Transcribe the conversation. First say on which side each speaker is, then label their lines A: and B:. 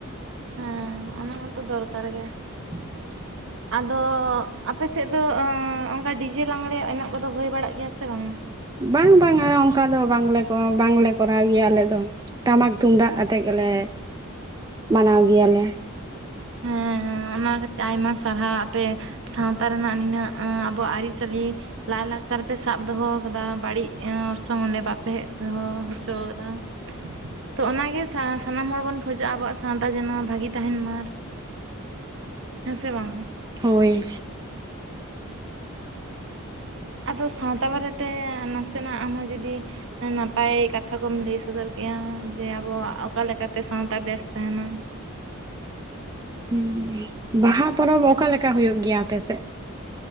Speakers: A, on the right; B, on the right.
A: ᱦᱮᱸ ᱚᱱᱟ ᱢᱟᱛᱚ ᱫᱚᱨᱠᱟᱨ ᱜᱮᱭᱟ
B: <inaudible>
A: ᱟᱫᱚ ᱟᱯᱮᱥᱮᱫ ᱫᱚ ᱚᱱᱠᱟ ᱰᱤᱡᱮ ᱞᱟᱝᱽᱬᱮ ᱤᱱᱟᱹ ᱠᱚᱫᱚ ᱦᱩᱭ ᱵᱟᱲᱟᱜ ᱜᱮᱭᱟ ᱥᱮ ᱵᱟᱝᱟ
B: ᱵᱟᱝ ᱵᱟᱝᱟ ᱚᱱᱠᱟ ᱫᱚ ᱵᱟᱝᱞᱮ ᱵᱟᱝᱞᱮ ᱠᱚᱨᱟᱣ ᱜᱮᱭᱟ ᱟᱞᱮ ᱫᱚ ᱴᱟᱢᱟᱠ ᱛᱩᱢᱫᱟᱜ ᱟᱛᱮᱫ ᱜᱮᱞᱮ ᱢᱟᱱᱟᱣ ᱜᱮᱭᱟᱞᱮ
A: ᱦᱮᱸ ᱚᱱᱟᱛᱮ ᱟᱭᱢᱟ ᱥᱟᱨᱦᱟᱣ ᱟᱯᱮ ᱥᱟᱶᱛᱟ ᱨᱮᱱᱟᱜ ᱱᱤᱱᱟᱹᱜ ᱟᱵᱚᱣᱟᱜ ᱟᱹᱨᱤᱪᱟᱹᱞᱤ ᱞᱟᱭᱼᱞᱟᱠᱪᱟᱨ ᱯᱮ ᱥᱟᱵ ᱫᱚᱦᱚ ᱟᱠᱟᱫᱟ ᱵᱟᱹᱲᱤᱡ ᱚᱨᱥᱚᱝ ᱚᱸᱰᱮ ᱵᱟᱯᱮ ᱦᱮᱡ ᱫᱚᱦᱚ ᱦᱚᱪᱚ ᱠᱟᱫᱟ ᱛᱚ ᱚᱱᱟᱜᱮ ᱥᱟᱱᱟᱢ ᱦᱚᱲ ᱵᱚᱱ ᱠᱷᱚᱡᱚᱜᱼᱟ ᱟᱵᱚᱣᱟᱜ ᱥᱟᱶᱛᱟ ᱡᱮᱱᱚ ᱵᱷᱟᱜᱮ ᱛᱟᱦᱮᱱ ᱢᱟ ᱦᱮᱸ ᱥᱮ ᱵᱟᱝᱟ
B: ᱦᱳᱭ
A: ᱟᱫᱚ ᱥᱟᱶᱛᱟ ᱵᱟᱨᱮᱛᱮ ᱱᱟᱥᱮᱱᱟᱜ ᱟᱢᱦᱚ ᱡᱩᱫᱤ ᱱᱟᱯᱟᱭ ᱠᱟᱛᱷᱟ ᱠᱚᱢ ᱞᱟᱹᱭ ᱥᱚᱫᱚᱨ ᱠᱮᱫᱼᱟ ᱡᱮ ᱟᱵᱚᱣᱟᱜ ᱚᱠᱟ ᱞᱮᱠᱟᱛᱮ ᱥᱟᱶᱛᱟ ᱵᱮᱥ ᱛᱟᱦᱮᱱᱟ
B: ᱦᱩᱸ ᱵᱟᱦᱟ ᱯᱚᱨᱚᱵᱽ ᱚᱠᱟᱞᱮᱠᱟ ᱦᱩᱭᱩᱜ ᱜᱮᱭᱟ ᱟᱯᱮᱥᱮᱫ